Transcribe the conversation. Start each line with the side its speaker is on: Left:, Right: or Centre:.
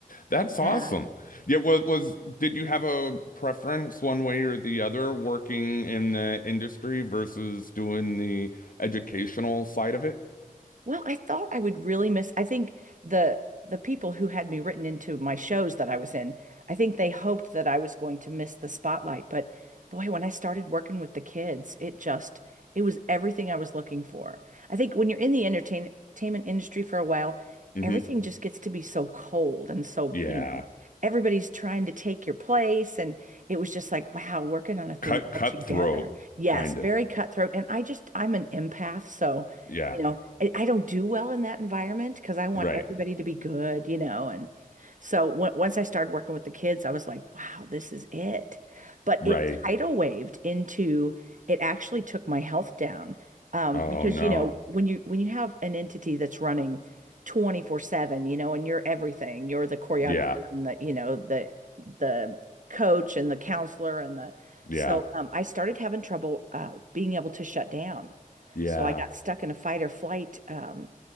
Left: that's awesome.
Right: Yeah.
Left: Yeah, was, was did you have a preference one way or the other working in the industry versus doing the educational side of it?
Right: Well, I thought I would really miss. I think the the people who had me written into my shows that I was in, I think they hoped that I was going to miss the spotlight. But boy, when I started working with the kids, it just it was everything I was looking for. I think when you're in the entertain entertainment industry for a while,
Left: hmm
Right: everything just gets to be so cold and so,
Left: Yeah,
Right: you know, everybody's trying to take your place. And it was just like, wow, working on a thing
Left: cut
Right: all
Left: cutthroat
Right: together. Yes,
Left: kind
Right: very
Left: of.
Right: cutthroat. And I just I'm an empath, so.
Left: Yeah.
Right: You know, I, I don't do well in that environment because I want
Left: Right.
Right: everybody to be good, you know. And so w once I started working with the kids, I was like, wow, this is it. But
Left: Right.
Right: it tidal waved into it actually took my health down. Um,
Left: Oh
Right: because
Left: no.
Right: you know, when you when you have an entity that's running 24/7, you know, and you're everything, you're the choreographer
Left: Yeah.
Right: and the, you know, the the coach and the counselor and the
Left: Yeah.
Right: so um, I started having trouble uh, being able to shut down.
Left: Yeah.
Right: So I got stuck in a fight or flight um,